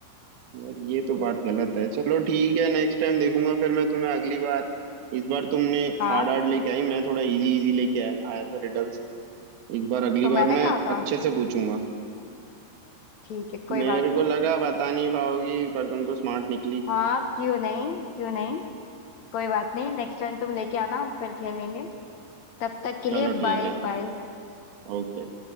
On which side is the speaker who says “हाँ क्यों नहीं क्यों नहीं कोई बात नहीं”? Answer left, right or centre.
Left